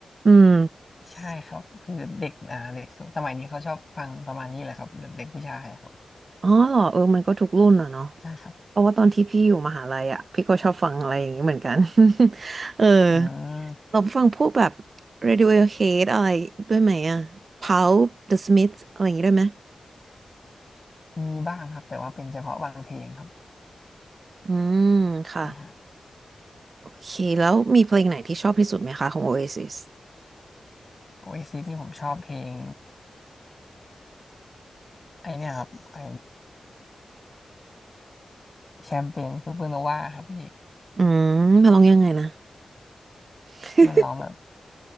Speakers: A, on the right; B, on the left.
A: อืม
B: ใช่ครับคือเด็กอ่าเด็กสมัยนี้เขาชอบฟังประมาณนี้แหละครับแบบเด็กผู้ชายอะครับ
A: อ๋อเหรอเออมันก็ทุกรุ่นอ่ะเนาะ
B: ใช่ครับ
A: เพราะว่าตอนที่พี่อยู่มหาลัยอ่ะพี่ก็ชอบฟังอะไรอย่างนี้เหมือนกัน <laughs> เออ
B: อืม
A: เราฟังพวกแบบ Radiohead อะไรด้วยไหมอ่ะ Pulp The Smiths อะไรอย่างนี้ด้วยไหม
B: มีบ้างครับแต่ว่าเป็นเฉพาะบางเพลงครับ
A: อืมค่ะ
B: ใช่ฮะ
A: โอเคแล้วมีเพลงไหนที่ชอบที่สุดไหมคะของ Oasis
B: โอเอซิสนี่ผมชอบเพลงไอเนี่ยครับไอแชมเปญซูเปอร์โนวาครับพี่
A: อืมมาลองยังไงนะ <laughs>
B: มันร้องแบบ